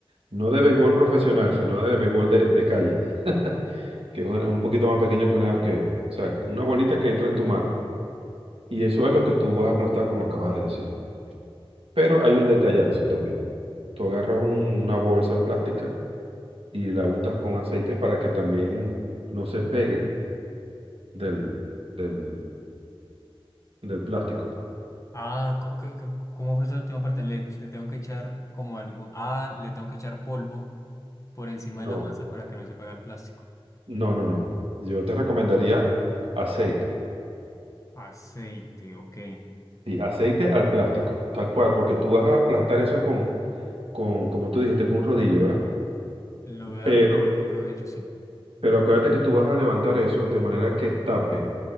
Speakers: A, on the right; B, on the left.
A: No de béisbol profesional, sino de béisbol de, de calle, <laughs> que es un, un poquito más pequeño que una, que, o sea, una bolita que entra en tu mano y eso es lo que tú vas a aplastar, como acabas de decir. Pero hay un detallazo también. Tú agarras un- una bolsa plástica y la untas con aceite para que también no se pegue del, del, del plástico, pues.
B: Ah, co- co- co- ¿cómo fue esa última parte? Le, ech- le tengo que echar como algún, ah, le tengo que echar polvo por encima
A: No.
B: de la masa para que no se pegue al plástico.
A: No, no, no. Yo te recomendaría aceite.
B: Aceite, ok.
A: Sí, aceite al plástico, tal cual, porque tú vas a aplastar eso con con, como tú dijiste, con un rodillo, ¿verdad?
B: Lo voy a
A: Pero,
B: dar un rodillo, sí.
A: pero acuérdate que tú vas a levantar eso de manera que tape,